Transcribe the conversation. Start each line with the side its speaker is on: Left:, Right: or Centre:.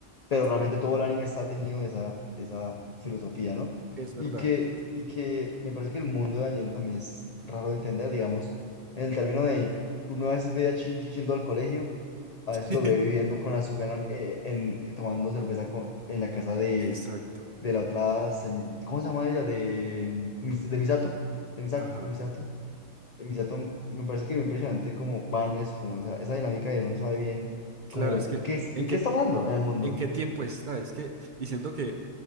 Left: pero
Right: sí,
Left: realmente todo el anime está teñido de esa, de esa filosofía, ¿no?
Right: es verdad,
Left: Y que,
Right: es verdad.
Left: y que me parece que el mundo de Evangelion también es raro de entender, digamos, en el término de uno a veces ve a Shinji yendo al colegio, a
Right: <laughs>
Left: veces lo ve viviendo con azúcar en, eh, en- tomando cerveza co- en la casa de,
Right: Exacto.
Left: de la otra, se- ¿cómo se llama ella? De, mm, Mis- de Misato, de Misato,
Right: Ajá.
Left: de Misato. De Misato, me parece que es impresionante cómo van eso, como esa, esa dinámica de uno no sabe bien
Right: Claro,
Left: como
Right: es que
Left: qué, es-
Right: ¿en
Left: de qué
Right: qué,
Left: está hablando en el mundo.
Right: en qué tiempo está? Es que, y siento que,